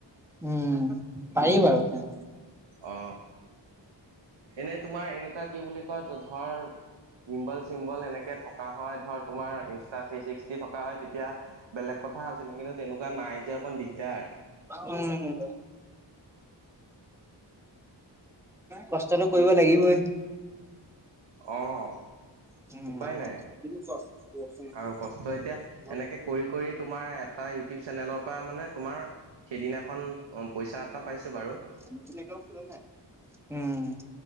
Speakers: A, in the centre; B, on the right (about 80°).
A: উম। পাৰি বাৰু তেনে
B: অ'। এনে তোমাৰ এনেকুৱা কি বুলি কয়, ধৰ চিম্বল, চিম্বল, এনেকে থকা হয় ধৰ, তোমাৰ ইনষ্টা থ্ৰী ছিক্সটি থকা হয়, তেতিয়া বেলেগ কথা আছিলে, কিন্তু তেনেকুৱা নাই যে অকণ দিগদাৰ।
A: উম। কষ্টটো কৰিব লাগিবই।
B: অ'।
A: উম।
B: উপায় নাই
A: <inaudible>
B: আৰু কষ্ট এতিয়া এনেকে কৰি কৰি তোমাৰ, এটা ইউটিউব চেনেলৰ পৰা মানে তোমাৰ সেইদিনাখন অ পইচা এটা পাইছো বাৰু।
A: নতুন এটাও খোলা নাই? উম।